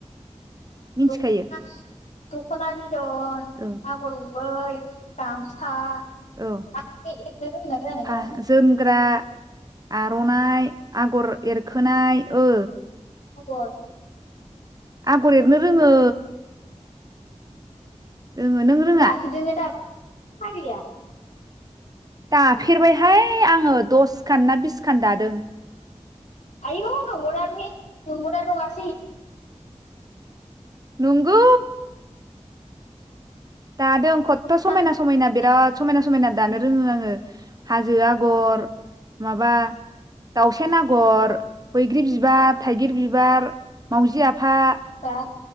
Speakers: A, on the right (about 30°); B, on the left (about 85°).
A: मिथिखायो
B: दखना दख'ना बिदुन
A: औ
B: आगर गु बै, गामसा,
A: औ
B: आर'नाइ एरनो रोंगोना रोङा नोङो
A: फा जोमग्रा, आर'नाइ आगर एरखोनाय ओ।
B: खबर।
A: आगर एरनो रोङो। रोङो नों रोङा?
B: दाखोदोनो <unintelligible>
A: दाफेरबायहाय आङो दसखान ना बिसखान दादों।
B: आयु नंगौदा बि नंगौ ना नङासै।
A: नंगौ। दादों खटथ'
B: साननानै
A: समायना समायना बिराद समायना समायना दानो रोङो आङो। हाजो आगर माबा दावसेन आगर। बैग्रि बिबार थाइगिर बिबार मावजि आफा
B: बा